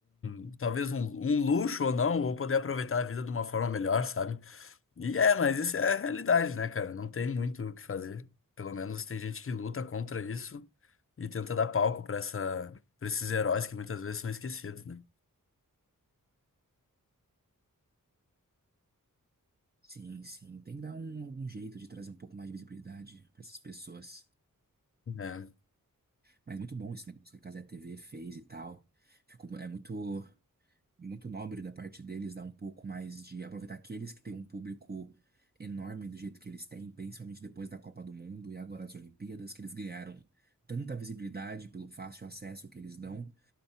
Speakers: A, on the left; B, on the right.
A: um- talvez um, um luxo ou não, ou poder aproveitar a vida de uma forma melhor, sabe? E é, mas isso é a realidade, né, cara? Não tem muito o que fazer. Pelo menos tem gente que luta contra isso e tenta dar palco pra essa, para esses heróis que muitas vezes são esquecidos, né?
B: Sim, sim. Tem que dar um, algum jeito de trazer um pouco mais de visibilidade pra essas pessoas.
A: É.
B: Mas muito bom esse negócio que a Cazé TV fez e tal. Ficou, é muito, muito nobre da parte deles dar um pouco mais de aproveitar aqueles que têm um público enorme do jeito que eles têm, principalmente depois da Copa do Mundo e agora as Olimpíadas, que eles ganharam tanta visibilidade pelo fácil acesso que eles dão.